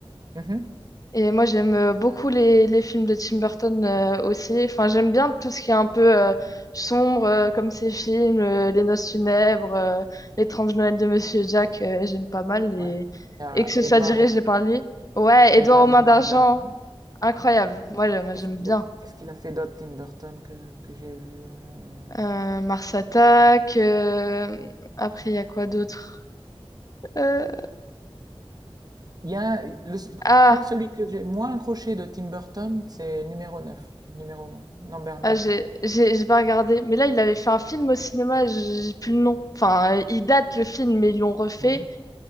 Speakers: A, on the right (about 40°); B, on the left (about 35°).
A: Mhm.
B: Et moi, j'aime euh, beaucoup les, les films de Tim Burton euh, aussi. Enfin, j'aime bien tout ce qui est un peu euh, sombre, euh, comme ces films, euh, Les Noces funèbres, euh, L'étrange Noël de Monsieur Jack, euh, j'aime pas mal. Et,
A: Ouais. Euh,
B: et que ce
A: Edouard,
B: soit dirigé par lui. Ouais,
A: Edouard
B: Édouard aux mains
A: Domain
B: d'argent,
A: d'Argent.
B: incroyable. Moi, je- moi,
A: Qu'est-ce
B: j'aime
A: qu'il
B: bien.
A: a, qu'est-ce qu'il a fait d'autre, Tim Burton, que, que j'ai vu euh,
B: Euh, Mars Attack, euh, après, il y a quoi d'autre? Euh,
A: Il y a, le- je
B: Ah,
A: crois que celui que j'ai moins accroché de Tim Burton, c'est numéro neuf numéro 9, number
B: Ah, j'ai j'ai- j'ai pas regardé. Mais là, il avait fait un film au cinéma, j'ai j'ai plus le nom. Enfin, euh, il date le film, mais ils l'ont refait.
A: 9.